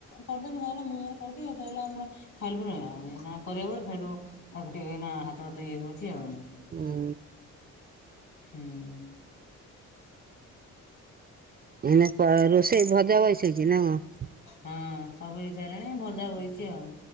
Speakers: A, on the left (about 60°); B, on the right (about 30°).
A: କରଦେନୁ ଥୁଆହେଲା <unintelligible> ମୁଁ ମୋର। କଣକି ସେଇଲା ଆମରା ଖାଇଲୁରେ ଅଁ ଏଇନା କରିବାକୁ ପଡିବ ସେଇଠୁ ତାକୁ ଟିକେ ଏଇନା ହାତଧୁଇ <unintelligible> ଝିଅ ଆଉ
B: ହୁଁ
A: ହୁଁ।
B: ଏ ରୋଷେଇ ଭଜା <unintelligible> ବଇସେଇଛି ନା କଣ?
A: ହଁ ସବୁ ହେଇ ସାରିଲାଣି ଭଜା ବଇଛି ଆଉ।